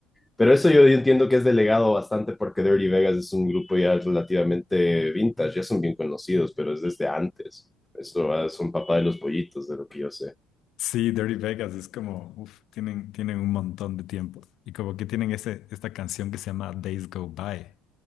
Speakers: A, in the centre; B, on the left.
A: Pero eso yo entiendo que es delegado bastante porque Dirty Vegas es un grupo ya relativamente vintage, ya son bien conocidos, pero es desde antes. Esto ah, son papá de los pollitos, de lo que yo sé.
B: Sí, Dirty Vegas es como, uff, tienen, tienen un montón de tiempo. Y como que tienen ese, esta canción que se llama Days Go By.